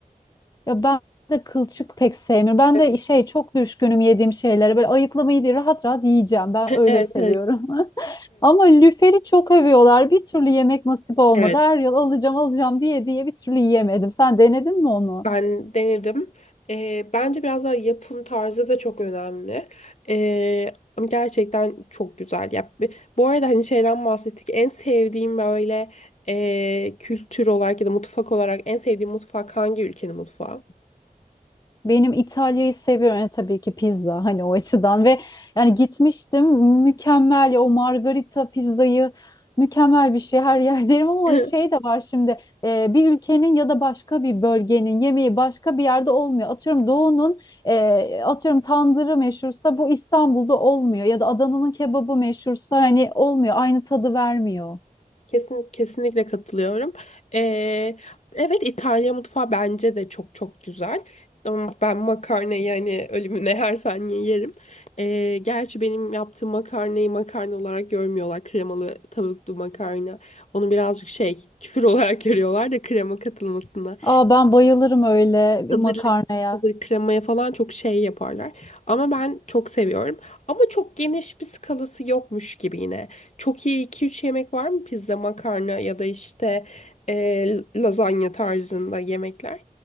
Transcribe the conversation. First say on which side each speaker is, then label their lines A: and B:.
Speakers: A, on the left (about 25°); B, on the left (about 50°).
A: Ya ben de kılçık pek sevmiyorum. Ben
B: <laughs>
A: de şey çok düşkünüm yediğim şeylere. Böyle ayıklamayı değil rahat rahat yiyeceğim. Ben
B: Evet,
A: öyle
B: evet,
A: seviyorum.
B: evet,
A: <laughs> Ama lüferi çok övüyorlar. Bir türlü yemek nasip olmadı.
B: evet.
A: Her yıl alacağım alacağım diye diye bir türlü yiyemedim. Sen denedin mi onu?
B: Ben denedim. Ee, bence biraz daha yapım tarzı da çok önemli. Ee, ama gerçekten çok güzel. Ya, b- bu arada hani şeyden bahsettik. En sevdiğim böyle e, kültür olarak ya da mutfak olarak en sevdiğim mutfak hangi ülkenin mutfağı?
A: Benim İtalya'yı seviyorum Yani tabii ki pizza hani o açıdan ve yani gitmiştim mükemmel ya o margarita pizzayı mükemmel bir şey her yer derim ama
B: <laughs>
A: şey de var şimdi e, bir ülkenin ya da başka bir bölgenin yemeği başka bir yerde olmuyor. Atıyorum doğunun e, atıyorum tandırı meşhursa bu İstanbul'da olmuyor ya da Adana'nın kebabı meşhursa hani olmuyor aynı tadı vermiyor.
B: Kesin, kesinlikle katılıyorum. Ee, evet İtalya mutfağı bence de çok çok güzel. Ama ben makarnayı yani ölümüne her saniye yerim. Ee, gerçi benim yaptığım makarnayı makarna olarak görmüyorlar. Kremalı tavuklu makarna. Onu birazcık şey küfür <laughs> olarak görüyorlar da krema katılmasına.
A: Aa ben bayılırım öyle
B: Hazırlık,
A: makarnaya.
B: hazır kremaya falan çok şey yaparlar. Ama ben çok seviyorum. Ama çok geniş bir skalası yokmuş gibi yine. Çok iyi iki üç yemek var mı? Pizza, makarna ya da işte e, lazanya tarzında yemekler.